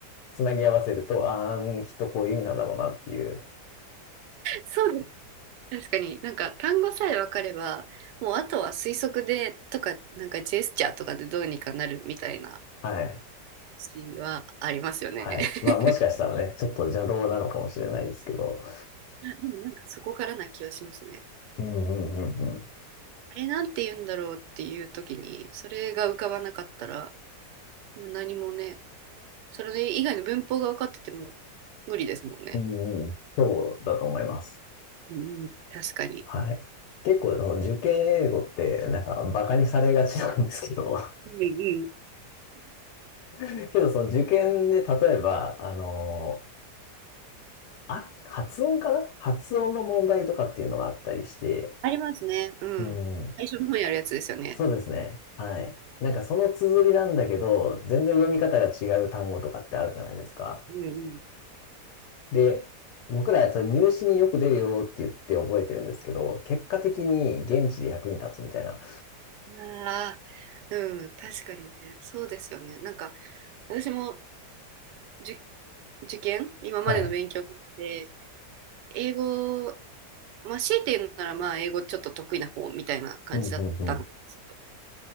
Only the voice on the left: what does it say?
つなぎ合わせると、あー、きっとこういう意味なんだろうなっていう。
はい。
はい。
まあ、もしかしたらね、ちょっと邪道なのかもしれないですけど。
うんうんうんうん。
うんうん、そうだと思います。
はい。結構、その受験英語って、なんか、バカにされがちなんですけど、
<laughs> けど、その受験で、例えば、あの、あ、発音かな発音の問題とかっていうのがあったりして、
うん、
そうですね。はい。
なんかその綴りなんだけど、全然読み方が違う単語とかってあるじゃないですか。
で、僕らそれ入試によく出るよって言って覚えてるんですけど、結果的に現地で役に立つみたいな。
はい。
うん、うん、うん。